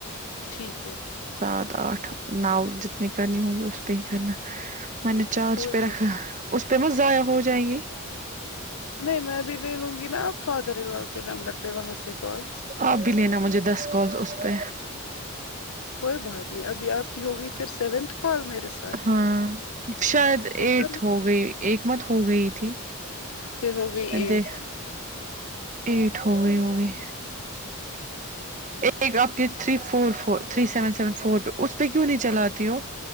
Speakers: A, on the left; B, on the right.
A: ٹھیک ہے
B: سات آٹھ نو جتنی کرنی ہوں گی اس پے ہی کرنا میں نے چارج
A: کوئی
B: پے
A: بات
B: رکھا اس پے مت ضائع ہو جائے گی
A: نہیں میں بھی لے لوں گی نا اب فادر ان لو کے نمبر پہ وہاں سے کالس
B: آپ بھی لینا مجھے دس کالس اس پے
A: کوئی بات نہیں ابھی آپ کی ہوگی پھر سیونتھ کال میرے سات
B: ہاں شاید ایٹتھ
A: سمے
B: ہو گئی ایک مت ہو گئی تھی
A: پھر ہو گئی
B: میں
A: ایٹتھ
B: دیکھ ایٹ ہوگئی ہوگی ایک آپ کی three four four three seven seven four پے اس پے کیوں نہیں چلاتی ہو